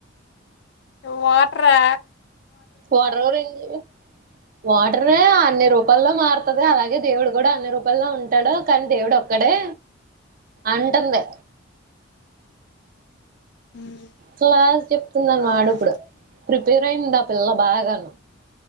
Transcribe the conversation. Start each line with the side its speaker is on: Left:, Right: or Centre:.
Left: వాట్ రా
Right: వాటర్ గురించి వాటర్దే అన్ని రూపాల్లో మారుతాది అలాగే దేవుడు కూడా అన్ని రూపాల్లో ఉం టాడు కానీ దేవుడు ఒక్కడే అంటుంది
Left: ఉమ్,
Right: క్లాస్ చెప్తున్నాను
Left: బాబాయ్
Right: మావాడిప్పుడు ప్రిపేర్ ట్రెండ్ ఆ పిల్ల బాగాను